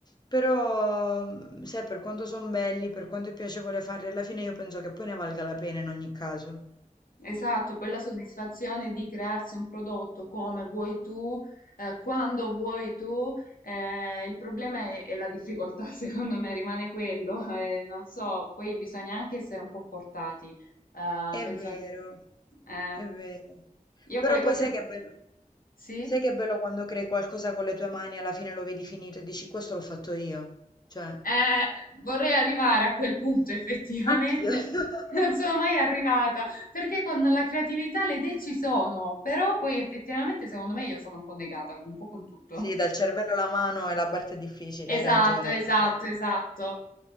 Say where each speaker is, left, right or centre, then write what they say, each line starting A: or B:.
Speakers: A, on the left; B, on the left.
A: Però, mh, sai, per quanto sono belli, per quanto è piacevole farli, alla fine io penso che poi ne valga la pena in ogni caso.
B: Esatto, per la soddisfazione di crearsi un prodotto come vuoi tu, eh, quando vuoi tu, eh, il problema è, è la difficoltà, <laughs> secondo me rimane quello, eh, non so, poi bisogna anche essere un po' portati, eh,
A: È
B: penso
A: vero,
B: anche... eh,
A: è vero.
B: io
A: Però
B: con le
A: poi
B: cose...
A: sai che è bello,
B: Sì?
A: sai che è bello quando crei qualcosa con le tue mani e alla fine lo vedi finito e dici questo l'ho fatto io. Cioè,
B: Eh, vorrei arrivare a quel punto effettivamente.
A: anch'io. <laughs>
B: <laughs> Non sono mai arrivata perché con la creatività le idee ci sono, però poi effettivamente secondo me io sono un po' negata, un po' con tutto.
A: Sì, dal cervello la mano è la parte difficile,
B: Esatto,
A: hai ragione,
B: esatto,
A: hai ragione.
B: esatto,